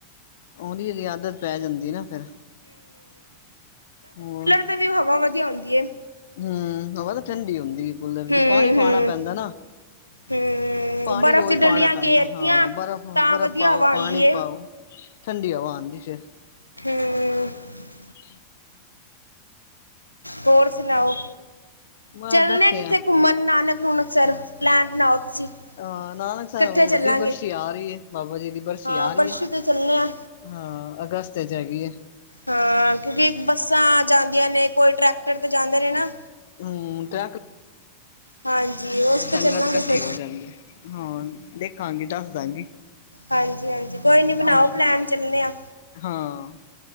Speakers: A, on the left (about 55°); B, on the left (about 90°).
A: ਉਹਦੀ ਉਹਦੀ ਆਦਤ ਪੈ ਜਾਂਦੀ ਨਾ ਫੇਰ ਹੋਰ
B: ਤਾਂ ਵੀ ਹਵਾ ਵਧੀਆ ਹੁੰਦੀ ਹੈ
A: ਹਮ ਹ ਤੇ ਠੰਡੀ ਹੁੰਦੀ ਕੂਲਰ
B: ਹੂੰ-ਹੂੰ,
A: ਦੀ ਪਾਣੀ ਪਾਉਣਾ
B: ਹੂੰ
A: ਪੈਂਦਾ ਨਾ
B: ਹੂੰ,
A: ਪਾਣੀ
B: ਬਰਫ਼
A: ਰੋਜ਼
B: ਦੀ ਡਲੀਆਂ
A: ਪਾਉਣਾ ਪੈਂਦਾ
B: ਗੇਰਤੀਆਂ
A: ਹਾਂ ਬਰਫ਼
B: ਤਾਂ
A: ਬਰਫ਼
B: ਵਧੀਆ
A: ਪਾਓ
B: ਹਵਾ ਆਂਦੀ
A: ਪਾਣੀ
B: ਏ,
A: ਪਾਓ ਠੰਡੀ ਹਵਾ ਆਉਂਦੀ ਫਿਰ
B: <inaudible>
A: <inaudible>
B: ਹੋਰ ਸੁਣਾਓ
A: ਬਸ
B: ਚੱਲਣੇ
A: ਬੈਠੇ
B: ਆ ਕਿੱਥੇ ਘੁੰਮਣ ਨਾਨਕ ਨੂਨਕ ਸਰ ਪਲੈਨ ਬਣਾਓ ਤੁਸੀਂ
A: ਅਹ ਨਾਨਕ ਸਾਹਿਬ
B: ਇਕੱਠੇ ਚੱਲਾਂਗੇ,
A: ਵੱਡੀ ਬਰਸ਼ੀ ਆ ਰਹੀ ਹੈ ਬਾਬਾ ਜੀ ਦੀ ਬਰਸ਼ੀ
B: ਹਾਂ
A: ਆ ਰਹੀ
B: ਬਰਸ਼ੂ
A: ਹੈ
B: ਤੇ ਚੱਲਣੇ ਆ।
A: ਹਾਂ ਅਗਸਤ ਚ ਹੈਗੀ ਆ
B: ਹਾਂ ਕਿਉਂਕਿ ਬੱਸਾਂ ਜਾਂਦੀਆਂ ਨੇ ਕੋਈ ਟਰੈਕਟਰ ਤੇ ਜਾਂਦੇ ਨੇ ਨਾ
A: ਹਮ ਤੇ
B: ਹਾਂਜੀ ਉਸ ਤੋਂ
A: ਸੰਗਤ
B: ਚੱਲਾਂਗੇ
A: ਇਕੱਠੀ
B: ਫੇਰ
A: ਹੋ ਜਾਂਦੀ ਹਾਂ ਦੇਖਾਂਗੀ ਦੱਸ ਦਾਂਗੀ
B: ਹਾਂਜੀ ਹਾਂਜੀ ਕੋਈ ਨੀ ਬਣਾਓ
A: ਹਾਂ
B: ਪਲੈਨ ਚੱਲੇ ਹਾਂ
A: ਹਾਂ